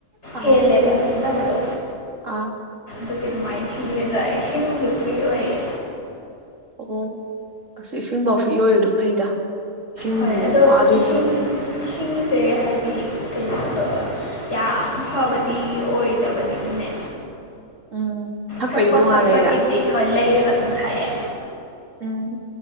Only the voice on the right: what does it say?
ꯑꯥ
ꯑꯥ
ꯑꯣ ꯑꯁ ꯏꯁꯤꯡꯕꯥꯎ ꯐ꯭ꯔꯤ ꯑꯣꯏꯔꯤꯗꯣ ꯐꯩꯗ ꯏꯁꯤꯡ
ꯋꯥꯗꯣꯏꯅꯦꯕ
ꯎꯝ ꯊꯛꯄꯩꯗꯤ
ꯇꯣꯉꯥꯟ
ꯂꯩꯔꯦ
ꯎꯝ